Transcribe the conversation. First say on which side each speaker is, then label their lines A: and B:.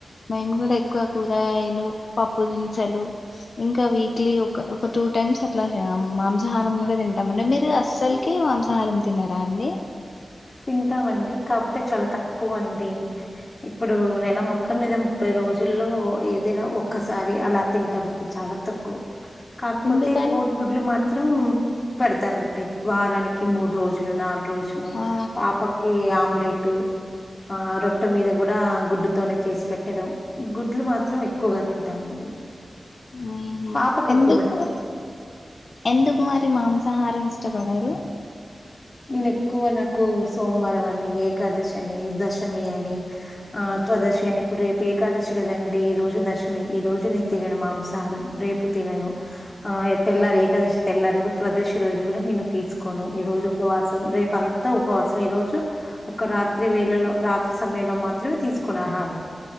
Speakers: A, on the left; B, on the left.
A: మేము కూడా ఎక్కువ కూరగాయలు పప్పు దినసలు ఇంకా వీక్లీ ఒక ఒక టూ టైమ్స్ అట్లా మాంసాహారం కూడా తింటాం అండి మీరు అస్సలు కి మాంసాహారం తినరా అండి
B: తింటామండి కాపోతే చాలా తక్కువ అండి ఇప్పుడు నెల మొత్తం మీద ముప్పై రోజుల్లో ఏదైనా ఒక్కసారి అలా తింటామంటే చాలా తక్కువ కాకపోతే
A: ఎందుకలా
B: కోడి గుడ్లు మాత్రం పెడతానండి వారానికి మూడు రోజులు నాలుగు రోజులు
A: ఆ
B: పాపకి ఆమ్లెటు ఆ రొట్టే మీద కూడ గుడ్డు తోనే చేసి పెట్టడం గుడ్లు మాత్రం ఎక్కువగా తింటామండి
A: ఆహ
B: పాపకెక్కువ
A: ఎందుకు
B: పెడతాం.
A: మరి ఎందుకు మరి మాంసాహారం ఇష్టపడరు
B: నేను ఎక్కువ నాకు సోమవారం అని ఏకాదశి అని దశమి అని ఆ తవాదశి అని ఇప్పుడు రేపు ఏకాదశి కదండి ఈ రోజు దశమి ఈ రోజు నేను తినను మాంసహరం రే పు తినను ఆ తెల్లారి ఏకాదశి తెల్లారి ఉత్వదశి రోజు కూడా నేను తీసుకోను ఈ రోజు ఉపవాసం రేపు అంత ఉపవాసం ఈ రోజు ఒక రాత్రి వేళలో రాత్రి సమయంలో మా త్రమే తీసుకును ఆహారం